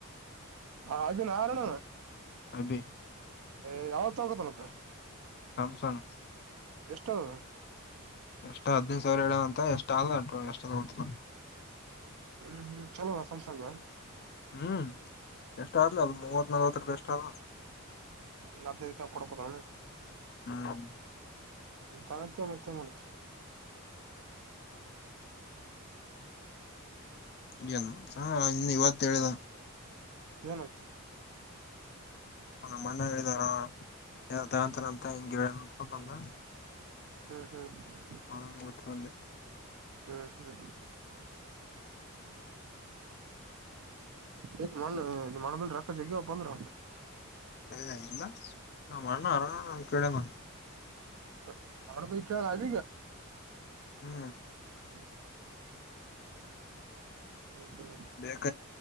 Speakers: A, on the right (about 80°); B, on the left (about 50°).
A: ಹ ಅದ ನ ಆರಣ
B: ಅಬೇ
A: ಏ ಯಾವ ತ ಆಕತ್ತನ್ದ
B: ಸ್ಯಾಮಸಂಗ್
A: ಎಷ್ಟೌದ
B: ಎಷ್ಟ್ ಹದಿನೈದು ಸಾವಿರ ಹೇಳದ ಅಂತ ಎಷ್ಟ್ ಆಲ್ಂಟ ಎಷ್ಟ ಗೊತ್ತಿಲ್ಲ
A: ಹ್ಮ್ ಹ್ಮ್ ಚಲೋದ ಸ್ಯಾಮ್ಸಂಗ್
B: ಹ್ಮ್ ಎಷ್ಟ ಆ್ಲ ಅದು ಮೂವತ್ ನಲ್ವತ್ತು ರೂಪಿ ಎಷ್ಟ ಆ
A: ಎಲ್ಲ್ದ ಇದಕ ಕೊಡಕೋುದ
B: ಹ್ಮ್
A: ತ ಮತ್ತ ಮಾಡಡಚು
B: ನು ಹ ಇನ್ನು ಇವತ್ತು ಹೇಳಿದ
A: ಏನುಚ್
B: ಒಂದ ಮ್ಣೆ ಹೇಳಿದಾರ ತರ ತರ ಅಂತ ಹಿಂಗಗೆ ಹೇಳ ಬಂದ
A: ಹ್ಮ್ ಹ್ಮ್
B: ಹಾ ಒತ್ತಂದ
A: ಹಾ ಹಾ ಏ ಮಣ್ಣ ಮಣಬಳ ರಕ್ಕ ಜಗ ಪಂದ್ರ
B: ಸರಿ ಆಾಗಿಲ್ಲ ನಾ ಅಣ್ಣ ಆರಾಮ ಕೇಳ ಮಾಡ್
A: ಹ ಹಾರ ಬೈ ಚಾರ ಆಗ
B: ಹ್ಮ
A: <unintelligible> ಹ
B: ಬೇಕ